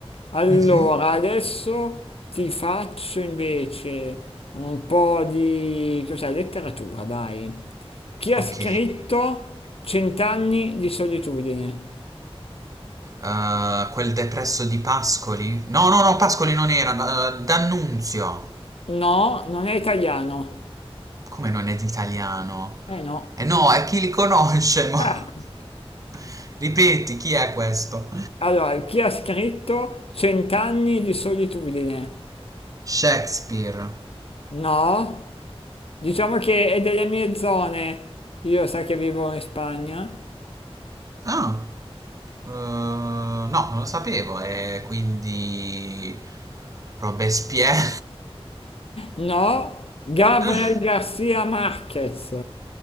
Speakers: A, on the left; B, on the right.
A: Allora,
B: Mhm,
A: adesso ti faccio invece un po' di, cos'è, letteratura, dai. Chi ha
B: ok.
A: scritto Cent'anni di solitudine?
B: Eh, quel depresso di Pascoli? No, no, no, Pascoli non era, eh, D'Annunzio.
A: No, non è italiano.
B: Come non è d'italiano?
A: Eh no.
B: Eh no, è chi li conosce, mo.
A: Ah,
B: <laughs> Ripeti, chi è questo?
A: Allora, chi ha scritto Cent'anni di solitudine?
B: Shakespeare.
A: No. Diciamo che è delle mie zone. Io sai che vivo in Spagna.
B: Ah, eh, no, non lo sapevo. E quindi Robespierre.
A: No? Gabriel
B: <laughs>
A: Garcia Marquez.